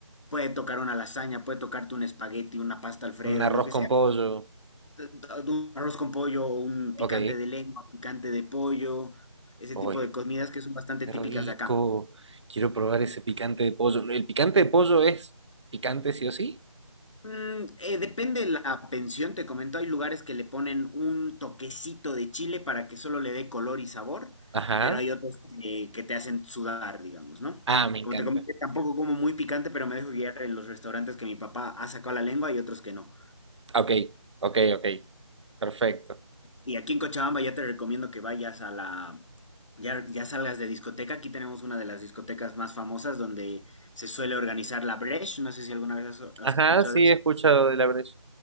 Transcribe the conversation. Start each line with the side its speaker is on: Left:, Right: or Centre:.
Left: Puede tocar una lasaña, puede tocarte un espagueti, una pasta Alfredo,
Right: un arroz
Left: lo que
Right: con
Left: sea.
Right: pollo.
Left: T- t- Un arroz con pollo, un picante
Right: Ok.
Left: de lengua, picante de pollo, ese
Right: Oye,
Left: tipo de comidas que son bastante
Right: qué
Left: típicas
Right: rico.
Left: de acá.
Right: Quiero probar ese picante de pollo. ¿El picante de pollo es picante sí o sí?
Left: Mm, eh, depende de la pensión, te comento, hay lugares que le ponen un toquecito de chile para que solo le dé color y sabor,
Right: Ajá.
Left: pero hay otros que, que te hacen sudar, digamos, ¿no?
Right: Ah, me encanta.
Left: Como te comenté, tampoco como muy picante, pero me dejo guiar en los restaurantes que mi papá ha sacado la lengua y otros que no.
Right: Ok, ok, ok. Perfecto.
Left: Y aquí en Cochabamba ya te recomiendo que vayas a la, ya, ya salgas de discoteca. Aquí tenemos una de las discotecas más famosas donde se suele organizar la Bresh. No sé si alguna vez has, has
Right: Ajá,
Left: escuchado
Right: sí,
Left: de eso.
Right: he escuchado de la brecha.